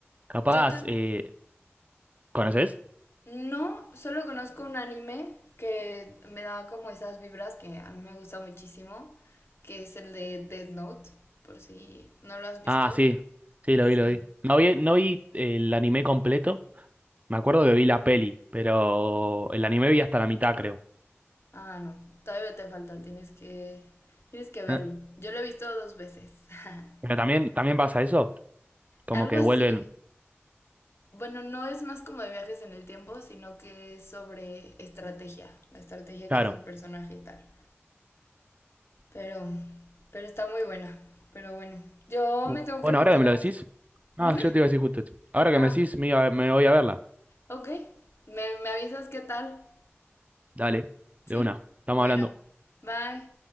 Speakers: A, on the right (about 35°); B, on the left (about 65°).
A: Capaz,
B: Yo también.
A: eh, ¿conoces?
B: No, solo conozco un anime que me da como esas vibras que a mí me gusta muchísimo, que es el de Death Note, por si no lo has visto.
A: Ah, sí, sí, lo
B: Sí.
A: vi, lo vi. No vi, no vi el anime completo. Me acuerdo que vi la peli, pero el anime vi hasta la mitad, creo.
B: Ah, no, todavía te falta, tienes que, tienes que verlo.
A: Eh,
B: Yo lo he visto dos veces. <laughs>
A: Pero también, también pasa eso, como
B: Algo
A: que
B: así.
A: vuelven,
B: Bueno, no es más como de viajes en el tiempo, sino que es sobre estrategia, la estrategia
A: claro.
B: que hace el personaje y tal. Pero, pero está muy buena. Pero bueno, yo
A: Bu-
B: me tengo
A: Bueno,
B: que retirar.
A: ahora que me lo decís, no,
B: ¿Mande?
A: yo te iba a decir justo esto. Ahora que
B: Ah,
A: me decís, me, iba- me voy a verla.
B: ok. Me, me avisas qué tal.
A: Dale,
B: Sí.
A: de una, estamos
B: Bueno,
A: hablando.
B: bye.